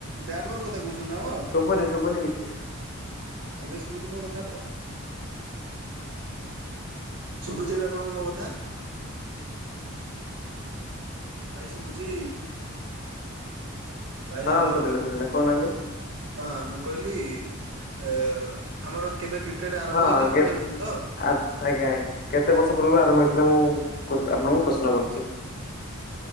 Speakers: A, on the right; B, on the left.
A: ବ୍ୟାଟ ବଲ କଥା କହୁଛନ୍ତି ନା ଆମର?
B: ଶୁଭୁନି ଶୁଭୁନି କିଛି
A: ଏବେ ଶୁଭୁଛି ମୋ କଥା ଆପଣଙ୍କୁ? ଶୁଭୁଚି ଏବେ ଆପଣଙ୍କୁ ମୋ କଥା? ଭାଇ ଶୁବୁଚି ଭାଇ
B: ହଁ
A: ହ୍ୟାଲୋ?
B: ଶୁଭିଲା ଶୁଭିଲା କହୁନାହାନ୍ତି
A: ହଁ ମୁଁ କହିଲି ଏ ଆମର କେବେ କ୍ରିକେଟ ଆରମ୍ଭ
B: ହଁ
A: ହେଇଥିଲା
B: କେ
A: ପଚାରୁସଛନ୍ତି ତ?
B: ଆ ଆଜ୍ଞା ଆ କେତେ ବର୍ଷ ପୂର୍ବରୁ ଆରମ୍ଭ ହେଇଥିଲା ମୁଁ କୋ ଆପଣଙ୍କୁ ପ୍ରଶ୍ନ କରୁଛି?